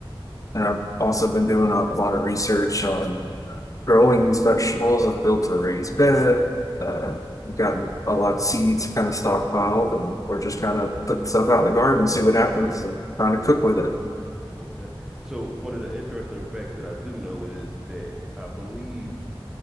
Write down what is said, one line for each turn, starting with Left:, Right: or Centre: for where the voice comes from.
Left: And I've also been doing a a lot of research on uh, growing these vegetables. I've built a raised bed. Uh, we've gotten a lot of seeds kind of stockpiled, and we're just kind of putting stuff out in the garden and see what happens and trying to cook with it.
Centre: Okay. So one of the interesting facts that I do know is that I believe